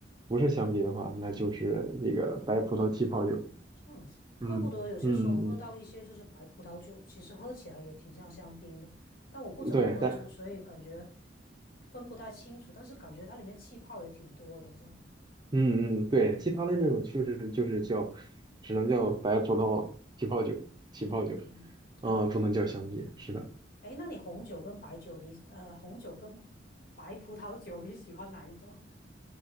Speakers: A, on the right; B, on the left.
A: 不是香槟的话，那就是那个白葡萄气泡酒。
B: 哦，这样子，
A: 嗯嗯嗯，
B: 怪不得有些时候喝到一些就是白葡萄酒，其实喝起来也挺像香槟的。但我不怎么喝酒，
A: 嗯对，但
B: 所以感觉分不太清楚。但是感觉它里面气泡也挺多的，这样。
A: 嗯嗯，对，
B: 嗯
A: 其他的那种就是就是叫，只能叫白葡萄起泡酒，起泡酒，
B: 嗯，这样子。
A: 啊、不能叫香槟，
B: 嗯，
A: 是的，
B: 哎，那你红酒跟白酒，你呃，红酒跟白葡萄酒，你喜欢哪一种啊？